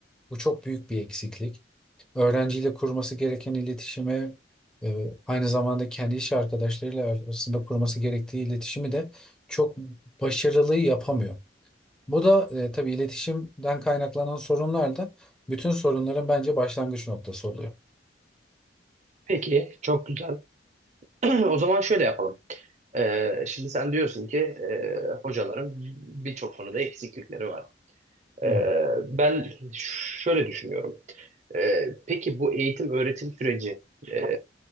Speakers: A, in the centre; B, on the right (about 40°).
A: Bu çok büyük bir eksiklik öğrenciyle kurması gereken iletişimi e, aynı zamanda kendi iş arkadaşlarıyla arasında kurması gerektiği iletişimi de çok başarılı yapamıyor. Bu da e, tabii iletişimden kaynaklanan sorunlar da bütün sorunların bence başlangıç noktası oluyor.
B: Peki, çok güzel. <clears throat> O zaman şöyle yapalım. Ee, şimdi sen diyorsun ki e, hocaların birçok konuda eksiklikleri var. Ee,
A: Evet.
B: ben şöyle düşünüyorum. Ee, peki bu eğitim öğretim süreci e,